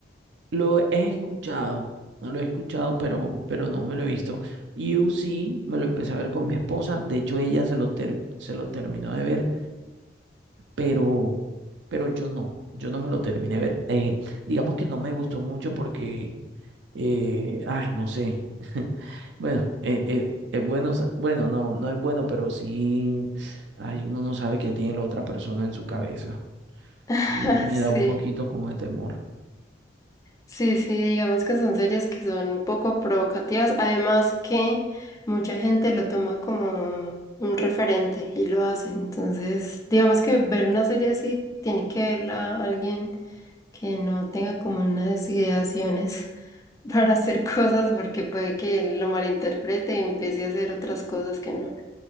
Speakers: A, on the right (about 75°); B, on the left (about 20°).
A: Lo he escuchado, no lo he escuchado, pero, pero no me lo he visto. You sí me lo empecé a ver con mi esposa, de hecho ella se lo, ter- se lo terminó de ver, pero, pero yo no, yo no me lo terminé de ver. Eh, digamos que no me gustó mucho porque, eh, ay, no sé, <laughs> bueno, eh, eh, es bueno, sa- bueno, no, no es bueno, pero sí, ay, uno no sabe qué tiene la otra persona en su cabeza.
B: <laughs>
A: y Me
B: Sí,
A: da un poquito como de temor.
B: sí, sí, digamos que son series que son un poco provocativas, además que mucha gente lo toma como un referente y lo hace, entonces digamos que ver una serie así tiene que verla alguien que no tenga como unas ideaciones <laughs> para hacer cosas porque puede que lo malinterprete y empiece a hacer otras cosas que no.